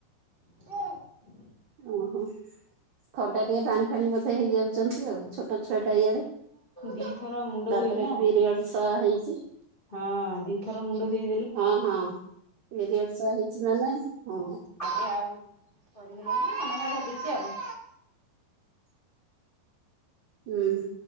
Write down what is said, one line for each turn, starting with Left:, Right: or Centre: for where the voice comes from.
Left: <inaudible>
Right: ଓହୋ! ଥଣ୍ଡା ଟିକେ ପାଣି ଫାଣି ବଧେ ହେଇଯାଉଚନ୍ତି ଆଉ। ଛୋଟ ଛୁଆ ଟା ଇଆଡେ
Left: ଦିଥର ମୁଣ୍ଡ
Right: ତାପରେ
Left: ଧୋଇଲି ନା।
Right: ପିରିୟଡସ୍ ହେଇଛି।
Left: ହଁ, ଦି ଥର ମୁଣ୍ଡ ଧୋଇ
Right: ହଁ ହଁ। ପିରିୟଡ଼ସ୍ ହେଇଛି ମାନେ ହଁ
Left: ତାପରେ ଆଉ କରିହେଲାନି। ମନେ, ମନେ ଭାବିଚି ଆଉ।
Right: ହୁଁ।